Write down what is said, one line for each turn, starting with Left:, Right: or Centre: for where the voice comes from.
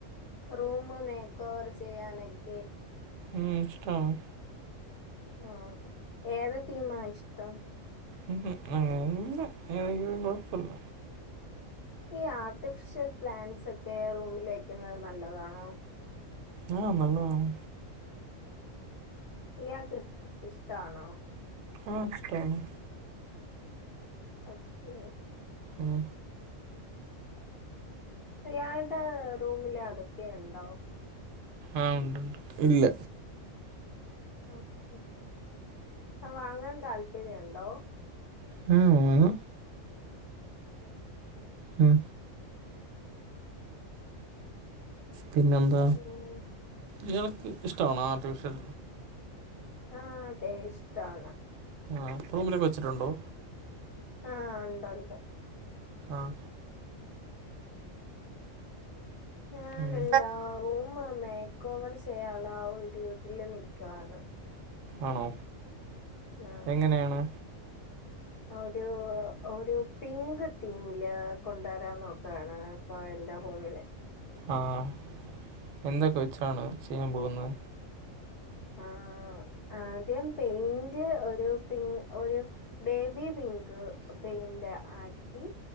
Left: റൂം മേക്ക ഓവർ ചെയ്യാനൊക്കെ
Right: ഏഹ് ഇഷ്ടോണ്
Left: ആഹ് ഏത് തീമാ ഇഷ്ടം
Right: ഉ ഉം അങ്ങനെയല്ല ഏതെയാലും കുഴപ്പില്ല
Left: ഈ ആർട്ടിഫിഷ്യൽ പ്ലാന്റ്സ് ഒക്കെ റൂമിൽ വെക്കുന്നത് നല്ലതാണോ
Right: ആഹ് നല്ലതാണ്
Left: ഇയാൾക്ക് ഇഷ ഇഷ്ടാണോ
Right: ആ ഇഷ്ടാണ്
Left: ഓക്കേ
Right: ഉം
Left: അയാളുടെ റൂമില് അതൊക്കെ ഉണ്ടോ?
Right: ആഹ് ഉണ്ട്ണ്ട് ഇല്ല
Left: ഓക്കെ ആ വാങ്ങാൻ താല്പര്യുണ്ടോ?
Right: മ്.
Left: ഓ ക്കേ
Right: ഉം. പിന്നെ എന്താ?
Left: പിന്നെ
Right: ഇയാൾക്ക് ഇഷ്ടണോ ആർട്ടിഫിഷ്യൽ
Left: ആ അതെ ഇഷ്ടാണ്.
Right: ആ റൂമിലൊക്കെ വെച്ചിട്ടുണ്ടോ?
Left: ആഹ്‌ ഉണ്ട് ഉണ്ട്
Right: ആഹ്‌
Left: ഞാൻ
Right: ഉം
Left: എന്താ റൂം മേക്ക് ഓവർ ചെയ്യാള്ള ആ ഒരു ഇതിൽ നിൽക്കുവയാണ്
Right: ആണോ
Left: ആഹ്
Right: എങ്ങനെയാണ്
Left: ഒരു ഒരു പിങ്ക് തീമില് കൊണ്ടുവരാ നോക്കുവാണ് ഇപ്പൊ എന്റെ റൂമിന്
Right: ആഹ്‌ എന്തൊക്കെ വെച്ചാണ് ചെയ്യാൻ പോകുന്നെ.
Left: ആ ആദ്യം പെയിന്റ് ഒരു പിങ് ഒരു ബേബി പിങ്ക് പെയിന്റ് ആക്കി